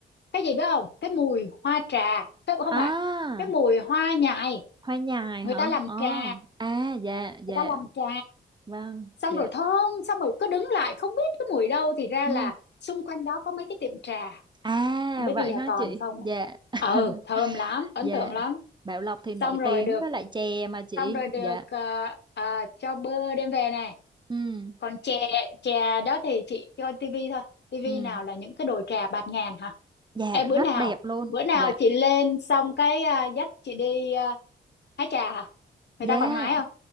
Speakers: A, on the left; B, on the right.
A: cái gì biết không cái mùi hoa trà cái không
B: À,
A: phải cái mùi hoa nhài
B: hoa nhài
A: người
B: hả?
A: ta làm
B: Ờ,
A: trà
B: à, dạ,
A: người
B: dạ,
A: ta làm trà
B: vâng,
A: xong
B: dạ.
A: rồi thơm xong rồi cứ đứng lại không biết cái mùi đâu thì ra
B: Ừ,
A: là xung quanh đó có mấy cái tiệm trà
B: à,
A: không biết
B: vậy
A: bây giờ
B: hả
A: còn
B: chị?
A: không
B: Dạ,
A: á.
B: <laughs>
A: ừ thơm lắm ấn
B: dạ.
A: tượng lắm
B: Bảo Lộc thì nổi
A: xong rồi
B: tiếng
A: được
B: với lại chè mà chị.
A: xong rồi được
B: Dạ,
A: ờ, ờ, cho bơ đem về nè
B: ừ,
A: còn chè chè đó thì chị coi tivi thôi tivi
B: ừ,
A: nào là những cái đồ trà bạt ngàn hả
B: dạ,
A: em
B: rất
A: bữa nào
B: đẹp luôn.
A: bữa nào
B: Dạ,
A: chị lên xong cái à, dắt chị đi à, hái trà hả người
B: dạ.
A: ta còn hái không